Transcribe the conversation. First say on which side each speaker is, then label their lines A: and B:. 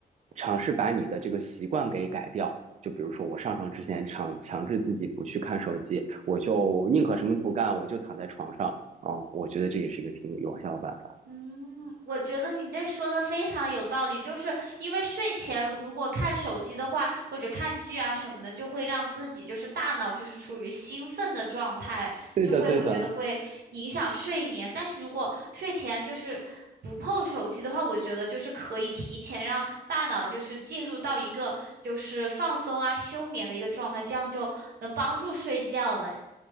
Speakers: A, on the right; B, on the right.
A: 尝试把你的这个习惯给改掉。就比如说我上床之前强强制自己不去看手机，我就宁可什么不干，我就躺在床上。啊、嗯我觉得这也是一个挺有效的办法。
B: 嗯，我觉得你这说的非常有道理，就是因为睡前如果看手机的话，或者看剧啊什么的，就会让自己就是大脑就是处于兴奋的状态，
A: 对的，
B: 就会我觉得会影响睡眠。
A: 对的。
B: 但是如果睡前就是不碰手机的话，我觉得就是可以提前让大脑就是进入到一个就是放松啊休眠的一个状态，这样就能帮助睡觉。哎，